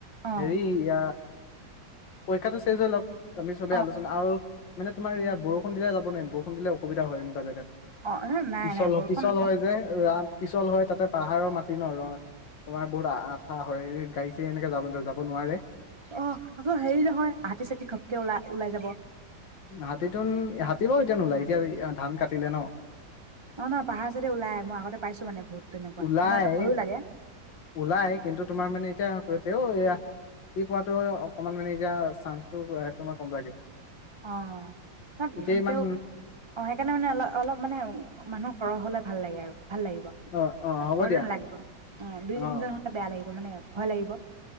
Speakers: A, on the right; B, on the left.
A: অ
B: হেৰি ইয়া পৰীক্ষাটো চেজ হৈলক। তুমি চবে
A: অ
B: আলোচনা আৰু মানে তোমাৰ ইয়াত বৰষুণ দিলে যাব নোৱাৰিম, বৰষুণ দিলে অসুবিধা হয় এনেকুৱা জাগাত।
A: অ নাই
B: পিছল
A: নাই বৰষুণ
B: পিছল হয় যে, ৰাম পিছল হয় তাতে পাহাৰৰ মাটি ন', ৰ তোমাৰ বহুত আঠা হয়, গাড়ী চাৰি এনেকে যাব যাব নোৱাৰে।
A: অ আকৌ হেৰি নহয় হাতী ছাতি ঘপকে ওলাই ওলাই যাব।
B: হাতীটোন হাতী বাৰু এতিয়া নোলায়, এতিয়া ধান কাটিলে ন।
A: নহ পাহাৰ চাইডে ওলাই, মই আগতে পাইছোঁ মানে বহুত। তেনেকুৱা
B: ওলাই,
A: সেইকাৰণে মানে ভয়ো লাগে
B: ওলাই কিন্তু তোমাৰ মানে এতিয়া তেওঁ এয়া পোৱোটো অকনমান মানে এতিয়া চান্সটো সেইটো কম লাগে।
A: অ',
B: এতিয়া ইমান
A: তেওঁ অ', সেইকাৰণে মানে অলপ, অলপ মানে মানুহ সৰহ হ'লে ভাল লাগে আৰু ভাল লাগিব ঘৰতো
B: অ অ হ'ব দিয়া
A: নালাগিব অ', দুই,
B: অ
A: তিনিজন হ'লে বেয়া লাগিব মানে ভয় লাগিব